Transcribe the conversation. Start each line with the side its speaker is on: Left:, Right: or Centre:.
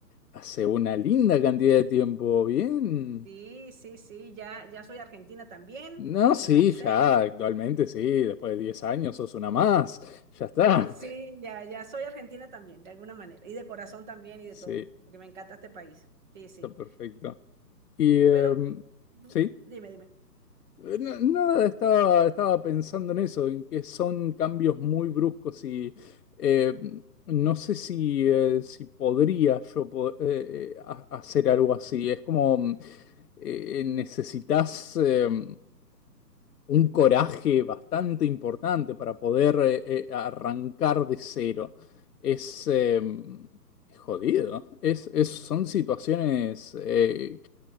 Left: Hace una linda cantidad de tiempo, bien.
Right: Sí, sí, sí, ya, ya soy argentina también,
Left: No,
Right: me nacionalicé.
Left: sí, ya,
Right: <laughs>
Left: actualmente sí, después de 10 años sos una más, ya está.
Right: Sí. Sí, ya, ya soy argentina también, de alguna manera, y de corazón también y de
Left: Sí,
Right: todo, porque me encanta este país. Sí, sí.
Left: está perfecto. Y em,
Right: Pero bueno,
Left: sí,
Right: dime, dime.
Left: no, no, estaba, estaba pensando en eso, en que son cambios muy bruscos y em, no sé si, eh, si podría yo po- eh, eh, ha- hacer algo así. Es como mm, eh, necesitas... em, un coraje bastante importante para poder eh, eh, arrancar de cero. Es, eh, es jodido. Es, es- son situaciones eh,